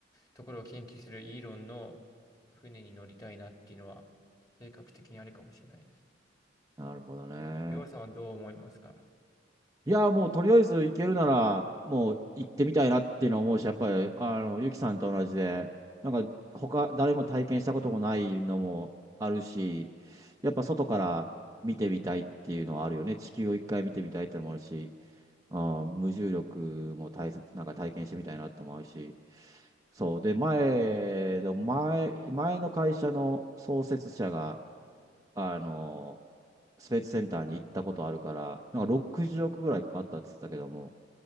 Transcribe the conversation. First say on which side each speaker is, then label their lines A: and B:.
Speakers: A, on the left (about 20°); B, on the right (about 20°).
A: ところを研究するイーロンの船に乗りたいなっていうのは、性格的にあるかもしれないですね。
B: なるほどね。
A: りょうさんはどう思いますか
B: いや、もうとりあえず行けるなら、もう行ってみたいなっていうのは思うし、やっぱり、あの、ゆきさんと同じで、なんか、他、誰も体験したこともないのもあるし、やっぱ外から見てみたいっていうのはあるよね。地球を一回見てみたいってのもあるし、あー無重力も体なんか体験してみたいなって思うし、そう。で、前の、前、前の会社の創設者が、あの、スペースセンターに行ったことあるから、なんか60億ぐらいかかったって言ってたけども、